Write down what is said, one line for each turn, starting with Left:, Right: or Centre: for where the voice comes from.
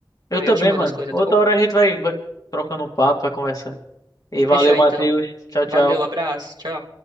Left: Eu
Right: Ah,
Left: também,
Right: eu te mando
Left: mano.
Right: as coisas,
Left: Outra
Right: tá bom?
Left: hora a gente vai, vai trocando um papo, vai conversando. E valeu,
Right: Fechou
Left: Matheus.
Right: então.
Left: Tchau,
Right: Valeu,
Left: tchau.
Right: abraço, tchau.